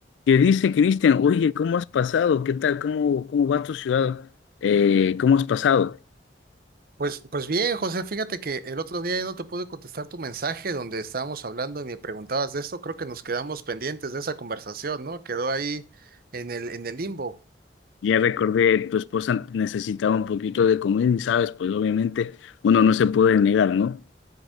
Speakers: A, on the left; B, on the right.
A: que dice Cristian, oye, ¿cómo has pasado? ¿Qué tal? ¿Cómo, cómo va tu ciudad? Eh, ¿cómo has pasado?
B: Pues, pues bien, José, fíjate que el otro día ya no te pude contestar tu mensaje donde estábamos hablando y me preguntabas de esto. Creo que nos quedamos pendientes de esa conversación, ¿no? Quedó ahí en el, en el limbo.
A: Ya recordé, tu esposa necesitaba un poquito de comida y sabes, pues obviamente uno no se puede negar, ¿no?